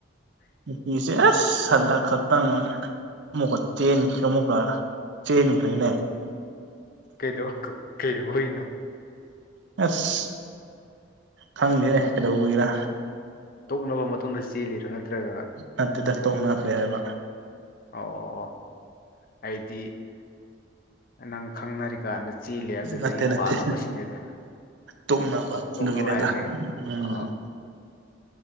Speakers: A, on the right; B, on the left.
A: ꯅꯨꯄꯤꯁꯦ ꯑꯁ ꯍꯟꯗꯛ ꯈꯛꯇꯪ ꯑꯃꯨꯛꯀ ꯆꯦꯟꯈ꯭ꯔꯦ ꯑꯃꯨꯛꯀ ꯆꯦꯟꯈ꯭ꯔꯦꯅꯦ
B: ꯀꯩꯗꯧ ꯈꯥ ꯀꯩꯗꯧꯕꯩꯅꯣ
A: ꯑꯁ ꯈꯪꯗꯦꯅꯦ ꯀꯩꯗꯧꯕꯒꯤꯔ
B: ꯇꯣꯛꯅꯕ ꯃꯇꯨꯡꯗ ꯆꯦꯜꯂꯤꯔꯥ ꯅꯠꯇ꯭ꯔꯒ
A: ꯅꯠꯇꯦꯗ ꯇꯣꯛꯅꯈ꯭ꯔꯦ ꯍꯥꯏꯕ
B: ꯑꯣ ꯑꯣ ꯑꯣ ꯑꯩꯗꯤ ꯅꯪ ꯈꯪꯅꯔꯤꯀꯥꯟꯗ ꯆꯦꯜꯂꯤ ꯍꯥꯏꯕꯗꯨꯗꯥ
A: ꯅꯠꯇꯦ
B: ꯌꯨꯝ
A: ꯅꯠꯇꯦ
B: ꯄꯥꯜꯂꯕ ꯁꯤꯅꯤꯗ
A: ꯇꯣꯛꯅꯕ
B: ꯑ ꯇꯣꯛꯅꯕ
A: ꯑꯗꯨꯒꯤꯅꯦꯗ
B: ꯍꯥꯏꯗꯨꯅꯤꯀꯣ
A: ꯎꯝ
B: ꯑ